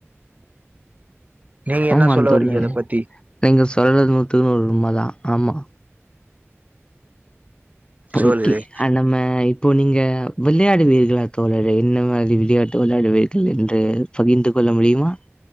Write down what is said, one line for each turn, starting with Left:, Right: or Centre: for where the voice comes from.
Right: நீங்க
Left: ஆமான்
Right: என்ன சொல்ல
Left: தோழரே
Right: வரீங்க இத பத்தி
Left: நீங்க சொல்றது நூத்துக் நூறு உண்மதா ஆமா
Right: சொல்லுறே
Left: ஓகே ஆ நம்ம இப்போ நீங்க விளையாடுவீர்களா தோழரே என்ன மாதிரி விளையாட்டு விளையாடுவீர்கள் என்று பகிர்ந்து கொள்ள முடியுமா